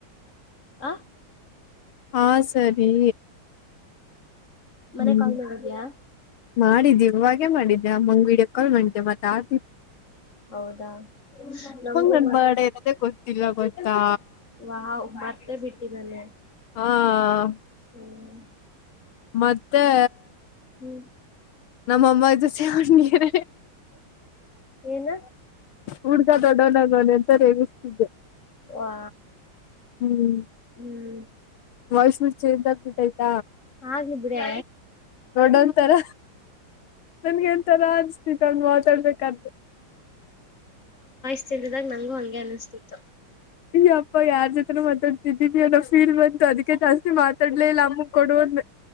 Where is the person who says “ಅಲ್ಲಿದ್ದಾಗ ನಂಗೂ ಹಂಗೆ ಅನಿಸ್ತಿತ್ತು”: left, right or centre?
Left